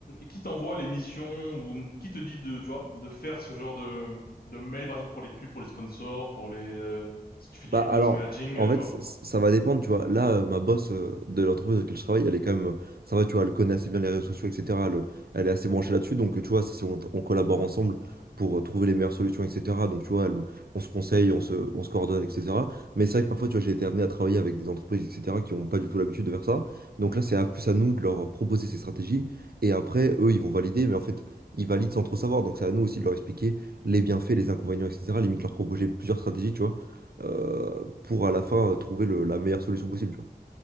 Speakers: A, on the left; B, on the right.
A: qui t'envoie les missions ou qui te dit de, tu vois, de faire ce genre de, de mail, par exemple, pour les pubs, pour les sponsors, pour les, euh, si tu fais du
B: Bah
A: community
B: alors,
A: managing,
B: en
A: euh, tu
B: fait,
A: vois?
B: ça, ça va dépendre, tu vois. Là, euh, ma boss euh, de l'entreprise dans laquelle je travaille, elle est quand même, euh, ça va, tu vois, elle connaît assez bien les réseaux sociaux, etc. Elle, euh, elle est assez branchée là-dessus, donc euh, tu vois, ça, c'est- on, on collabore ensemble pour euh, trouver les meilleures solutions, etc. Donc tu vois, elle- me- on se conseille, on se, on se coordonne, etc. Mais c'est vrai que parfois, tu vois, j'ai été amené à travailler avec des entreprises, etc. qui n'ont pas du tout l'habitude de faire ça. Donc là, c'est à plus à nous de leur proposer ces stratégies, et après, eux, ils vont valider, mais en fait, ils valident sans trop savoir. Donc c'est à nous aussi de leur expliquer les bienfaits, les inconvénients, etc. Limite leur proposer plusieurs stratégies, tu vois euh, pour à la fin euh, trouver le- la meilleure solution possible, tu vois.